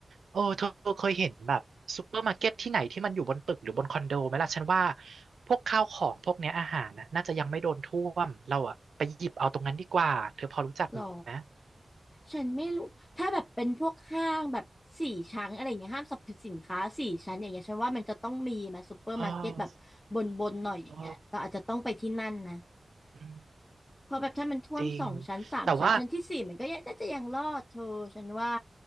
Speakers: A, on the right; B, on the left.
A: เออเธอเคยเห็นแบบซูเปอร์มาร์เก็ตที่ไหนที่มันอยู่บนตึกหรือบนคอนโดไหมล่ะฉันว่าพวกข้าวของพวกเนี้ยอาหารน่ะน่าจะยังไม่โดนท่วมเราอะไปหยิบเอาตรงนั้นดีกว่าเธอพอรู้จักไหม
B: หรอฉันไม่รู้ถ้าแบบเป็นพวกห้างแบบสี่ชั้นอะไรอย่างเงี้ยห้างสรรพสินค้าสี่ชั้นอย่างเงี้ยฉันว่ามันจะต้องมีมาซูเปอร์มาร์เก็ตแบบบนบนหน่อยอย่างเงี้ยเราอาจจะต้องไปที่นั่นนะ
A: เออเอออืม
B: เพราะแบบถ้ามันท่วมสองชั้นสามชั้นชั้นที่สี่มันก็ยังจะจะยังรอดเธอฉันว่า
A: จริงแต่ว่า